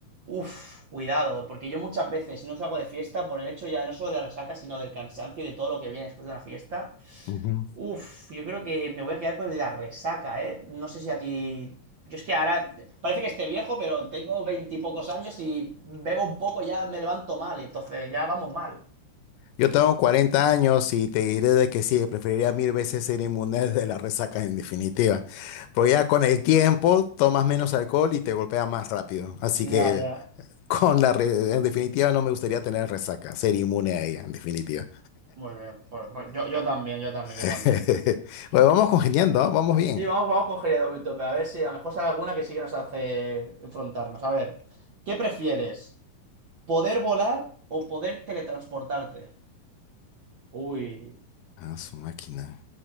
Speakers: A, on the right (about 50°); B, on the left (about 80°).
A: Uf, cuidado, porque yo muchas veces si no salgo de fiesta por el hecho ya no solo de la resaca, sino del cansancio y de todo lo que viene después de una fiesta.
B: Ujú.
A: Uf, yo creo que me voy a quedar con el de la resaca, ¿eh? No sé si a ti... Yo es que ahora parece que esté viejo, pero tengo veintipocos años y bebo un poco ya me levanto mal, entonces ya vamos mal.
B: Yo tengo cuarenta años y te diré de que sí, preferiría mil veces ser inmune de las resacas en definitiva. Porque ya con el tiempo tomas menos alcohol y te golpea más rápido. Así
A: Ya,
B: que
A: ya.
B: con la re- en definitiva no me gustaría tener resaca, ser inmune a ella en definitiva.
A: Muy bien, pues, pues yo, yo también, yo también, yo
B: <laughs>
A: también.
B: Oye, vamos congeniando, ¿ah? Vamos bien.
A: Y vamos, vamos con Geriadométope, a ver si a lo mejor sale alguna que sí que nos hace enfrentarnos. A ver, ¿qué prefieres? ¿Poder volar o poder teletransportarte? Uy,
B: Ah, su máquina.